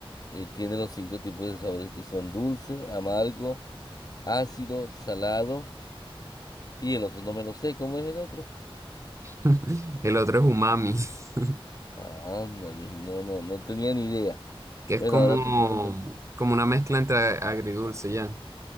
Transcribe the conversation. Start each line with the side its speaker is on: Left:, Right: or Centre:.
Left: eh, tiene los cinco tipos de sabores que son dulce, amargo, ácido, salado y el otro no me lo sé. ¿Cómo es el otro?
Right: <laughs> El otro es umami, <laughs>
Left: Ah, ándale, no, no, no tenía ni idea.
Right: que es
Left: Bueno,
Right: como,
Left: ahora tu pregunta.
Right: como una mezcla entre agridulce, ya.